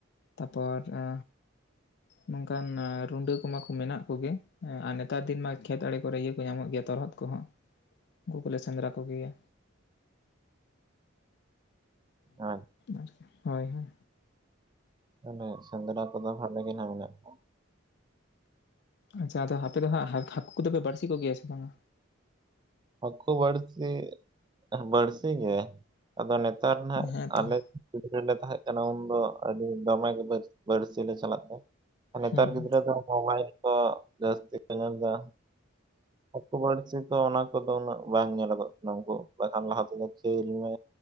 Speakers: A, on the left; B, on the right.
A: ᱛᱟᱨᱯᱚᱨ ᱮ ᱱᱚᱝᱠᱟᱱ ᱟᱨ ᱨᱩᱰᱟᱹ ᱠᱚᱢᱟ ᱠᱚ ᱢᱮᱱᱟᱜ ᱠᱚᱜᱮ ᱟᱨ ᱱᱮᱛᱟᱨ ᱫᱤᱱ ᱢᱟ ᱠᱷᱮᱛ ᱟᱲᱮ ᱠᱚᱨᱮ ᱤᱭᱟᱹ ᱠᱚ ᱧᱟᱢᱚᱜ ᱜᱮᱭᱟ ᱛᱚᱨᱦᱚᱫ ᱠᱚᱦᱚᱸ᱾ ᱩᱱᱠᱩ ᱠᱚᱞᱮ ᱥᱮᱸᱫᱽᱨᱟ ᱠᱚ ᱜᱮᱭᱟ᱾
B: ᱦᱳᱭ
A: ᱟᱨᱠᱤ ᱦᱳᱭ ᱦᱳᱭ
B: ᱢᱟᱱᱮ ᱥᱮᱸᱫᱽᱨᱟ ᱠᱚᱫᱚ ᱵᱷᱟᱞᱤ ᱜᱮ ᱱᱟᱜ ᱢᱮᱱᱟᱜ ᱠᱚ
A: ᱟᱪᱷᱟ ᱟᱫᱚ ᱦᱟᱯᱮ ᱫᱚ ᱦᱟᱸᱜ ᱦᱟ ᱦᱟᱠᱩ ᱠᱚᱫᱚᱯᱮ ᱵᱟᱹᱲᱥᱤ ᱠᱚᱜᱮᱭᱟ ᱥᱮ ᱵᱟᱝᱟ?
B: ᱦᱟᱹᱠᱩ ᱵᱟᱹᱲᱥᱤ, ᱵᱟᱹᱲᱥᱤ ᱜᱮ ᱟᱫᱚ ᱱᱮᱛᱟᱨ ᱱᱟᱜ
A: ᱦᱮᱸᱛᱚ
B: ᱟᱞᱮ ᱜᱤᱫᱽᱨᱟᱹ ᱞᱮ ᱛᱟᱦᱮᱸᱜ ᱠᱟᱱᱟ ᱩᱱᱫᱚ ᱟᱹᱰᱤ ᱫᱚᱢᱮ ᱜᱮ ᱵᱟᱹᱲ ᱵᱟᱹᱲᱥᱤ ᱞᱮ ᱪᱟᱞᱟᱜ ᱛᱟᱦᱮᱸᱫ ᱱᱮᱛᱟᱨ
A: ᱦᱩᱸ
B: ᱜᱤᱫᱽᱨᱟᱹ ᱫᱚ ᱢᱳᱵᱟᱭᱤᱞ ᱠᱚ ᱡᱟᱹᱥᱛᱤ ᱠᱚ ᱧᱮᱞᱫᱟ ᱦᱩᱠᱩ ᱵᱟᱹᱲᱥᱤ ᱠᱚ ᱚᱱᱟ ᱱᱮᱛᱟᱨ ᱫᱚ ᱩᱱᱟᱹᱜ ᱵᱟᱝ ᱧᱮᱞᱚᱜᱚᱜ ᱠᱟᱱᱟ ᱩᱱᱠᱩ ᱵᱟᱠᱷᱟᱱ ᱞᱟᱦᱟ ᱛᱮᱫᱚ ᱠᱷᱮᱹᱞ ᱢᱮ